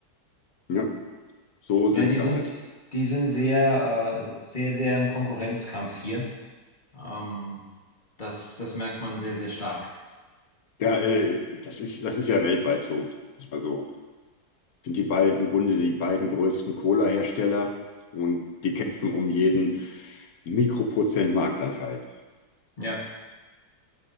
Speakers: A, on the left; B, on the left.
A: Ne? So sind
B: Ja, die
A: sie
B: sind,
A: halt.
B: die sind sehr, äh, sehr, sehr im Konkurrenzkampf hier. Ähm, das, das merkt man sehr, sehr stark.
A: Ja, äh, das ist, das ist ja weltweit so. Also sind die beiden im Grunde die beiden größten Cola-Hersteller und die kämpfen um jeden Mikroprozent Marktanteil
B: Ja.